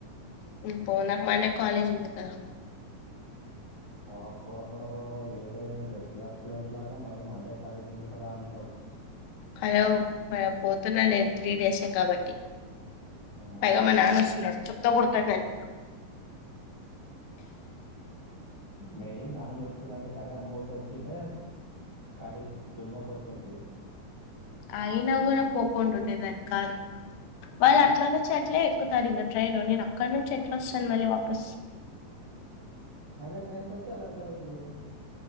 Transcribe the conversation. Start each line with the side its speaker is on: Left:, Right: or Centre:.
Left: నేను పో నా కాలేజీకి పోతున్న
Right: అబ్బాబా బాబా ఏదో నేను రెగ్యులర్ స్టూడెంట్ లాగా మళ్ళీ మండే కాలేజ్ ఉంది కదా అంటావు
Left: హలో పోతున్నా నేను త్రీ డేసే కాబట్టి
Right: ఉమ్,
Left: పైగా నానొస్తున్నారు చెప్పుతో కొడతారు నన్ని
Right: మెయిన్ నాన్న వస్తున్నంత కదా అమ్మ ఒకటి వచ్చింటే కాలేజ్ దుమ్మ కొడుతుంటవి
Left: అయినా కూడా పోకుండా ఉండేదానికి కాదు వాళ్ళు అట్లా నుంచి అట్లే ఎక్కుతారు ఇంక ట్రైన్ నేను అక్కడి నుంచి ఎట్లా వస్తాను మరి వాపస్
Right: అదే ట్రైన్ కి వచ్చి వాళ్ళ వెనకాలే దిగు